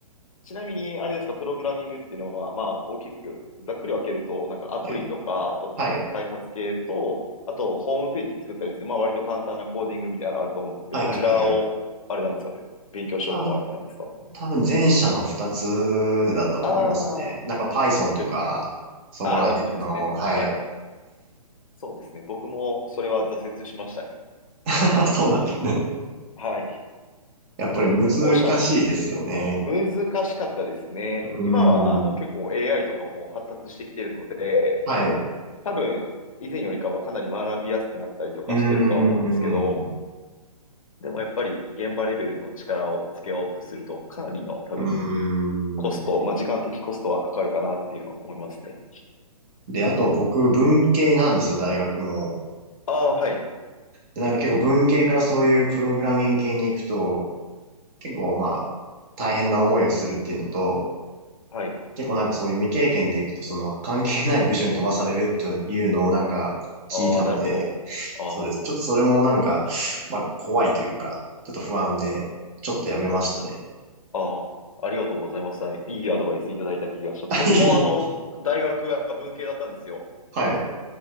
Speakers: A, on the left (about 60°); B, on the right (about 25°).
A: ちなみに、あれですか、プログラミングっていうのは、まあ、大きく、ざっくり分けると、なんかアプリとか、
B: はい。
A: そ開発系と、
B: はい。
A: あと、ホームページ作ったりする、まあ、割と簡単なコーディングみたいなのあると思うんですけど、
B: はい、
A: どちらを、
B: はい、はい。はい
A: あれなんですか、べ勉強しようと思われてたんですか
B: 多分、多分前者の二つだったと思いますね。
A: ああ、
B: なんか Python とか、
A: ウェブ、
B: そこら辺の、
A: ああ、なるほどですね。
B: はい。
A: はい。そうですね。僕も、それは挫折しましたね。
B: <laughs> そうなんですね。
A: はい。
B: やっぱり難しいですよね。
A: まあ後者の、難しかったですね。
B: うーん。
A: 今はあの結構 AI とかも発達してきてるので、
B: はい。う
A: 多分以前よりかはかなり学びやすくなったりとかしてるとは思うんですけど、
B: ーん。う
A: でもやっぱり現場レベルの力をつけようとするとかなりの多分
B: ーん。
A: コスト、まあ、時間的コストはかかるかなっていうのは思いますね。
B: で、あと僕、文系なんですよ、大学も。
A: ああ、はい。
B: で、なんか結構文系からそういうプログラミング系に行くと、結構まあ、大変な思いをするっていうのと、
A: はい。
B: 結構なんかそういう未経験で行くと、その関係ない部署に飛ばされるというのをなんか聞いたので、
A: ああ、なるほど。あ
B: そうです。ちょっとそれもなんか、まあ、怖いというか、ちょっと不安で、ちょっとやめましたね。
A: あ、ああ、ありがとうございます。はいいいアドバイスいただいた気がします。
B: <laughs>
A: 僕もあの、大学は文系だったんですよ。
B: はい。